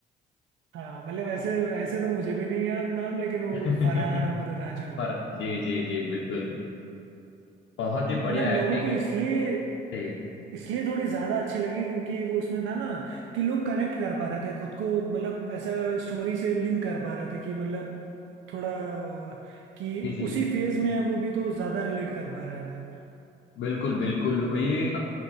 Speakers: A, on the right; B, on the left.
A: हाँ मतलब ऐसे ऐसे तो मुझे भी नहीं याद नाम लेकिन वो
B: <laughs>
A: फरहान और राजू
B: पर जी जी जी बिल्कुल बहुत ही बढ़िया
A: मतलब
B: एक्टिंग
A: लोगों को इसलिए
B: जी
A: इसलिए थोड़ी ज्यादा अच्छी लगी क्योंकि वो उसमें था ना कि लोग कनेक्ट कर पा रहे थे खुद को मतलब ऐसा स्टोरी से लिंक कर पा रहे थे कि मतलब थोड़ा कि
B: जी जी
A: उसी फेज में है वो भी तो ज्यादा रिलेट कर पा रहे थे
B: बिल्कुल बिल्कुल ये